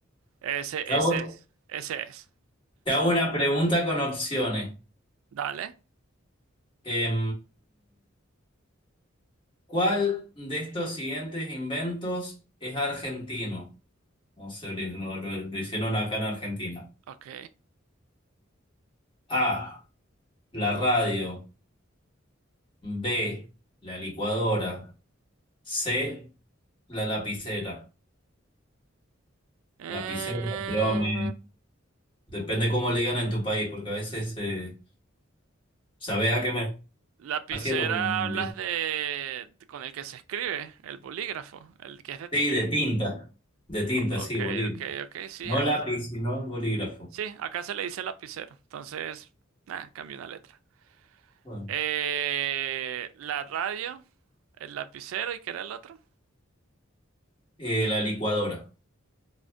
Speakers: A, on the right; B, on the left.
A: ese,
B: Te hago,
A: ese, es- ese es.
B: te hago una pregunta con opciones.
A: Dale.
B: Em, ¿cuál de estos siguientes inventos es argentino? O se ori- lo, lo- lo hicieron acá en Argentina.
A: Ok.
B: A, la radio. B, la licuadora. C, la lapicera.
A: Eh,
B: Lapicera, digamos, depende cómo le digan en tu país, porque a veces eh, sabes a qué me
A: lapicera
B: refiero con
A: hablas de, de- con el que se escribe, el bolígrafo, el que es de tinta.
B: Sí, de tinta, de tinta,
A: Ok,
B: sí, bolígrafo.
A: ok, ok, sí,
B: No
A: aquí.
B: lápiz, sino bolígrafo.
A: Sí, acá se le dice lapicero. Entonces, nada, cambio una letra.
B: Bueno,
A: Eh, la radio, el lapicero y ¿qué era el otro?
B: eh, la licuadora.